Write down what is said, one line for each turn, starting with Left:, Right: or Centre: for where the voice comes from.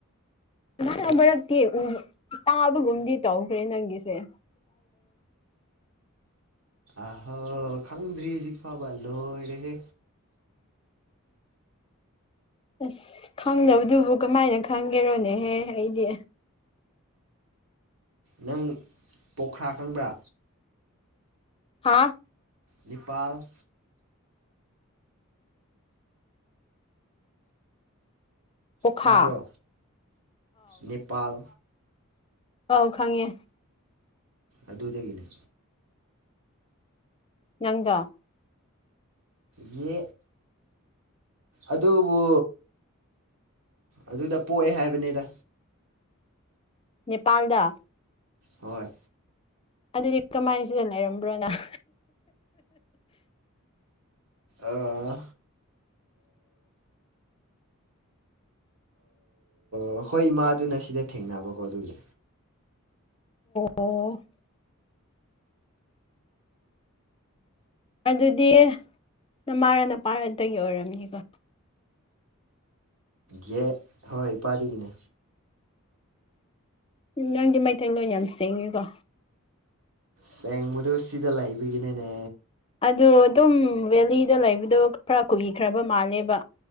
Left: ꯅꯍꯥꯟ ꯃꯔꯛꯇꯤ ꯇꯥꯕꯒꯨꯝꯗꯤ ꯇꯧꯈ꯭ꯔꯦ ꯅꯪꯒꯤꯁꯦ <unintelligible>
Right: ꯑꯍꯣ ꯈꯪꯗ꯭ꯔꯤ ꯍꯧꯖꯤꯛ ꯐꯕ ꯂꯣꯏꯔꯦꯍꯦ
Left: ꯑꯁ ꯈꯪꯗꯕꯗꯨꯕꯨ ꯀꯃꯥꯏꯅ ꯈꯪꯒꯦꯔꯣꯅꯦꯍꯦ ꯑꯩꯗꯤ
Right: ꯅꯪ ꯄꯣꯛꯈ꯭ꯔꯥ ꯈꯪꯕ꯭ꯔꯥ
Left: ꯍꯥꯥ
Right: ꯅꯦꯄꯥꯜ
Left: ꯄꯣꯈꯥ
Right: ꯇꯥꯔꯕꯣ ꯅꯦꯄꯥꯜ
Left: ꯑꯥꯎ ꯈꯪꯉꯦ
Right: ꯑꯗꯨꯗꯒꯤꯅꯦ
Left: ꯅꯪꯗꯣ
Right: ꯌꯦ꯫ ꯑꯗꯨꯕꯨ꯫ ꯑꯗꯨꯗ ꯄꯣꯛꯑꯦ ꯍꯥꯏꯕꯅꯤꯗ꯫
Left: ꯅꯦꯄꯥꯜꯗ꯫
Right: ꯍꯣꯏ꯫
Left: ꯑꯗꯨꯗꯤ ꯀꯃꯥꯏꯅ ꯁꯤꯗ ꯂꯩꯔꯝꯕ꯭ꯔꯣ ꯅꯪ꯫
Right: ꯑꯥ꯫ ꯑꯣ ꯍꯣꯏ ꯏꯃꯥ ꯑꯗꯨꯅ ꯁꯤꯗ ꯊꯦꯡꯅꯕꯀꯣ ꯑꯗꯨꯒꯤ꯫
Left: ꯑꯣ꯫ ꯑꯗꯨꯗꯤ ꯅꯃꯥꯔ ꯅꯄꯥꯔꯗꯒꯤ ꯑꯣꯏꯔꯝꯅꯤꯀꯣ꯫
Right: ꯌꯦ ꯍꯣꯏ ꯏꯄꯥꯗꯨꯒꯤꯅꯦ꯫
Left: ꯎꯝ ꯅꯪꯗꯤ ꯃꯩꯇꯩꯂꯣꯟ ꯌꯥꯝ ꯁꯦꯡꯉꯦꯀꯣ꯫
Right: ꯁꯦꯡꯕꯗꯨ ꯁꯤꯗ ꯂꯩꯕꯒꯤꯅꯦꯅꯦ꯫
Left: ꯑꯗꯨ ꯑꯗꯨꯝ ꯕꯦꯂꯤꯗ ꯂꯩꯕꯗꯣ ꯈꯔ ꯀꯨꯏꯈ꯭ꯔꯕ ꯃꯥꯜꯂꯦꯕ꯫